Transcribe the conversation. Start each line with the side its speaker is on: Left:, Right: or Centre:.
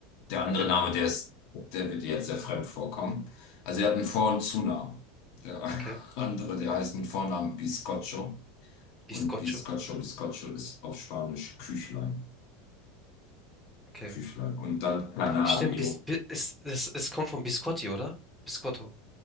Left: Der andere
Centre: Okay,
Left: Name, der ist, der wird dir jetzt sehr fremd vorkommen. Also er hat einen Vor- und Zunamen. Der
Centre: okay.
Left: <laughs> andere, der heißt mit Vornamen Biscocho.
Centre: Biscotto?
Left: Und Biscocho, Biscocho ist auf Spanisch Küchlein.
Centre: Okay.
Left: Küchlein. Und dann Canario.
Centre: Stimmt, bis, bis, es, es, es kommt von Biscotti, oder? Biscotto.